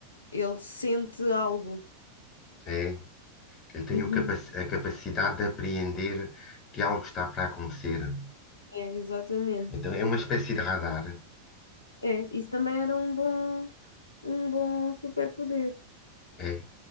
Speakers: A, on the left; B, on the left.
A: Ele sente algo.
B: É. Eu tenho
A: Uhum.
B: capaci- a capacidade de apreender que algo está para acontecer.
A: É, exatamente.
B: Então é uma espécie de radar.
A: É, isso também era um bom, um bom superpoder.
B: É.